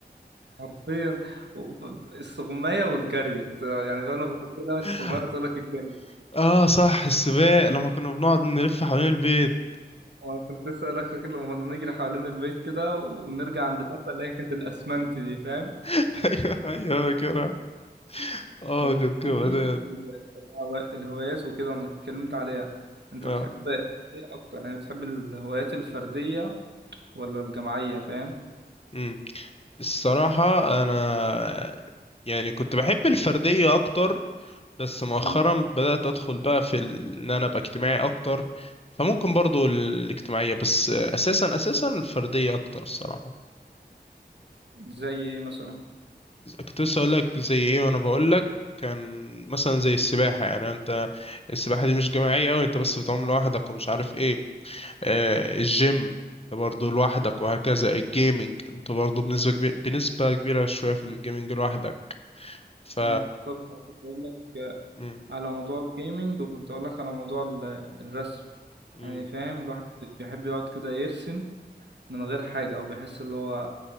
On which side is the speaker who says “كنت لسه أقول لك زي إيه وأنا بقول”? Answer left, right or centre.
Left